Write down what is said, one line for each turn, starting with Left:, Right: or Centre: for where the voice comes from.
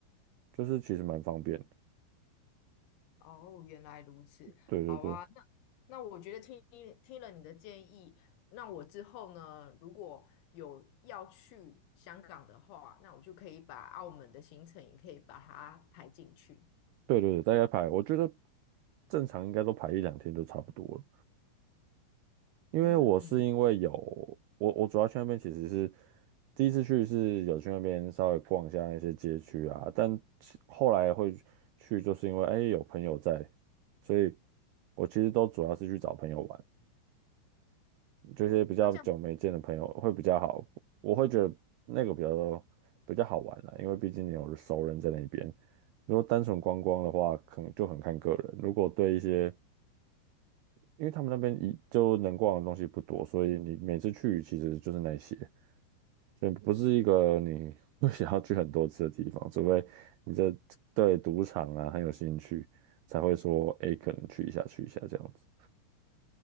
Right: 就是其实蛮方便的。
Left: 哦，原来如此。
Right: 对对对
Left: 好啊，那那我觉得听听了你的建议，那我之后呢，如果有要去香港的话，那我就可以把澳门的行程也可以把它排进去。
Right: 对对对，大概排，我觉得正常应该都排一两天就差不多了。因为我是因为有
Left: 嗯，
Right: 我我主要去那边其实是第一次去是有去那边稍微逛一下那些街区啊，但其后来会去就是因为哎有朋友在，所以我其实都主要是去找朋友玩，这些比较久没见的朋友会比较好，
Left: 哦，那这样，
Right: 我会觉得那个比较比较好玩啦，因为毕竟你有熟人在那边。如果单纯观光的话，可能就很看个人。如果对一些因为他们那边一就能逛的东西不多，所以你每次去其实就是那些，所以不是一个你会想要去很多次的地方，除非你这对赌场啊很有兴趣，才会说诶可能去一下去一下这样子。